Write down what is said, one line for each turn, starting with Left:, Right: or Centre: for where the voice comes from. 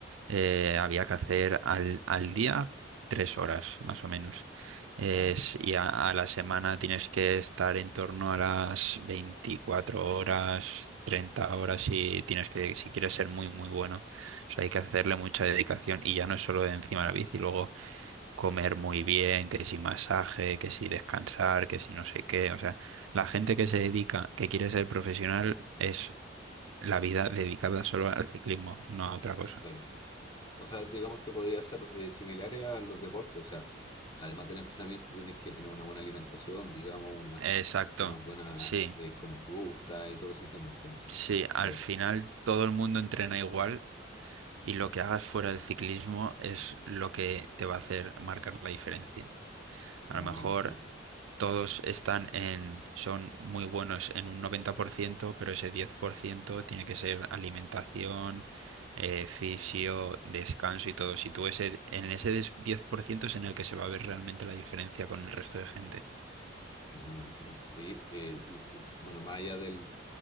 Right: eh, había que hacer al, al día tres horas, más o menos. Es-
Left: Ah, ya,
Right: y a, a la semana tienes que estar en torno a las 24 horas, 30 horas y tienes que, si quieres ser muy, muy bueno. O sea, hay que hacerle mucha dedicación y ya no es solo encima de la bici, luego comer muy bien, que si masaje, que si descansar, que si no sé qué. O sea, la gente que se dedica, que quiere ser profesional, es la vida dedicada solo al ciclismo, no a otra cosa.
Left: claro. O sea, digamos que podría ser eh, similares a los deportes. O sea, además del entrenamiento tienes que tener una buena alimentación, digamos, una,
Right: Exacto,
Left: unas buenas
Right: sí,
Left: eh, conductas y todo ese tema. Entonces,
Right: sí, al
Left: claro,
Right: final todo el mundo entrena igual y lo que hagas fuera del ciclismo es lo que te va a hacer marcar la diferencia. A
Left: no
Right: lo mejor
Left: me imagino,
Right: todos están en, son muy buenos en un 90%, pero ese 10% tiene que ser alimentación, eh, fisio, descanso y todo. Si tú ese, en ese des- 10% es en el que se va a ver realmente la diferencia con el resto de gente.
Left: no me imagino. Oye, eh, y, y, bueno, más allá del,